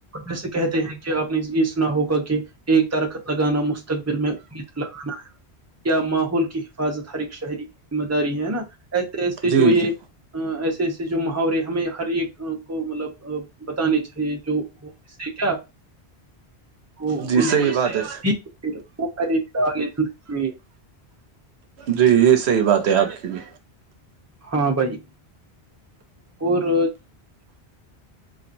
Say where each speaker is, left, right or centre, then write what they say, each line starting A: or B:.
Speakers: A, on the right; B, on the right.
A: جسے کہتے ہیں کہ آپ نے اس ہوگا کہ ایک درخت لگانا مستقبل میں امید لگانا ہے یا ماحول کی حفاظت ہر ایک شہری کی ذمہ داری ہے نا ایسے ایسے
B: جی
A: جو یہ
B: جی
A: ایسے ایسے جو محاورے ہمیں ہر ایک کو مطلب بتانے چاہیے جو وہ اس سے کیا وہ
B: جی
A: ان
B: صحیح
A: کو اس
B: بات
A: سے
B: ہے
A: وہے د میں
B: جی یہ صحیح بات ہے آپ کی بھی
A: ہاں بھائی اورار